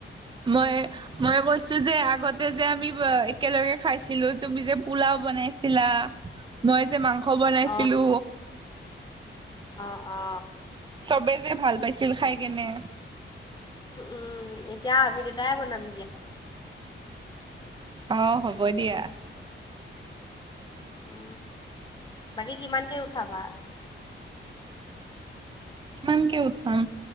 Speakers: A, on the right; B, on the left.
A: মই মই কৈছো যে আগতে যে আমি একেলগে খাইছিলো, তুমি যে পোলাও বনাইছিলা, মই যে মাংস মাংস বনাইছিলো?
B: অ অ অ
A: চবে যে ভাল পাইছিল খাই কেনে
B: উম এতিয়া আমি দুটাই বনাম।
A: অ হ'ব দিয়া
B: উ বাকী কিমানকে উঠাবা
A: কিমানকে উঠাম